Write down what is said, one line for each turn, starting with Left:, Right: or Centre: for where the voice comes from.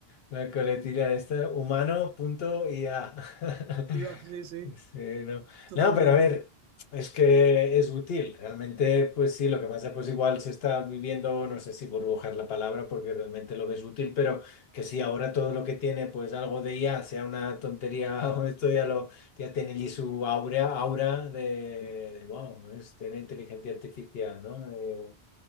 Left: La coletilla esta, humano.ia. <laughs>
Right: IA, sí, sí,
Left: Sí, no.
Right: totalmente.
Left: No, pero a ver, es que es útil. Realmente, pues sí, lo que pasa, pues igual se está viviendo, no sé si burbujar la palabra, porque realmente lo ves útil, pero que si ahora todo lo que tiene, pues algo de IA, sea una tontería <laughs> o esto ya lo, ya tiene allí su aura, aura de, de, wow, es, tiene inteligencia artificial, ¿no? Eh,